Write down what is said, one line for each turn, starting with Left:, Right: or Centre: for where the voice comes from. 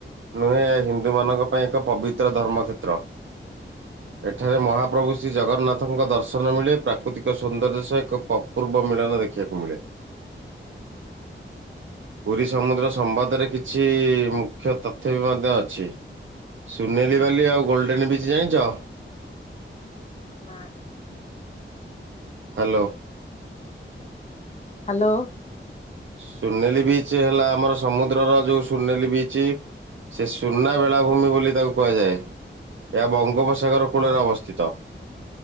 Right: ନୁହେଁ ଏହା ହିନ୍ଦୁମାନଙ୍କ ପାଇଁ ଏକ ପବିତ୍ର ଧର୍ମକ୍ଷେତ୍ର। ଏଠାରେ ମହାପ୍ରଭୁ ଶ୍ରୀ ଜଗନ୍ନାଥଙ୍କ ଦର୍ଶ ନ ମିଳେ ପ୍ରାକୃତିକ ସୌନ୍ଦର୍ଯ୍ୟ ସହ ଏକ ପ ପୂର୍ବ ମିଳନ ଦେଖିବାକୁ ମିଳେ। ପୁରୀ ସମୁଦ୍ର ସମ୍ବାଦରେ କିଛି ମୁଖ୍ୟ ତଥ୍ ଥ୍ୟ ବି ମଧ୍ୟ ଅଛି ସୁନେଲି ବାଲି ଆଉ ଗୋଲ୍ଡେନ୍ ବିଚ୍ ଜାଣିଛ।
Left: ନା।
Right: ହ୍ୟାଲୋ।
Left: ହ୍ୟାଲୋ।
Right: ସୁନେଲି ବିଚ୍ ହେଲା ଆମର ସମୁଦ୍ରର ଯୋଉ ସୁନେଲି ବିଚ୍। ସେ ସୁନା ବେଳାଭୂମି ବୋଲି ତାକୁ କୁହାଯାଏ ଏହା ବଙ୍ଗୋପସ ସାଗର କୂଳରେ
Left: ହଁ
Right: ଅବସ୍ଥିତ।